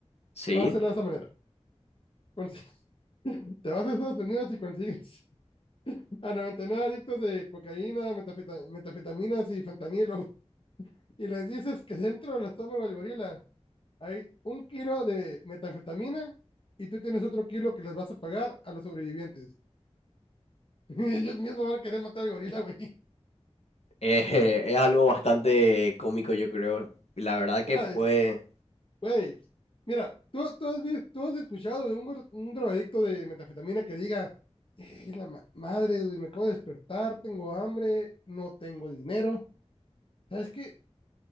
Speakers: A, on the left; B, on the left.
A: Sí,
B: Vas a hacerlo de esa manera. Consigues- <laughs> te vas a Estados Unidos y consigues a 99 adictos de cocaína, metafeta- metafetaminas y fentanilo y les dices que dentro del estómago del gorila hay un kilo de metanfetamina y tú tienes otro kilo que les vas a pagar a los sobrevivientes. <laughs> Y ellos mismos van a querer matar al gorila, güey.
A: eh, <laughs> es algo bastante cómico, yo creo. Y la verdad que
B: <laughs>
A: puede,
B: Güey, mira, ¿tú, tú has visto, tú has escuchado de un, gor- un drogadicto de metafetamina que diga, "Eh, la ma- madre, güey, me acabo de despertar, tengo hambre, no tengo dinero. ¿Sabes qué?